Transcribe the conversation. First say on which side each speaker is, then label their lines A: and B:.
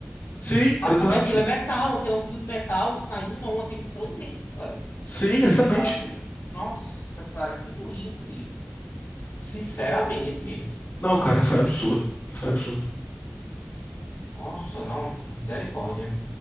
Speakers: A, on the left; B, on the left.
A: Sim,
B: Sabe?
A: exato.
B: Porque aquilo é metal, aquilo é um fio de metal saindo a uma tensão imensa,
A: Sim, exatamente.
B: sabe? Nossa, cara, que burrice. Sinceramente,
A: Não, cara, foi absurdo. Foi absurdo.
B: nossa, não, misericórdia.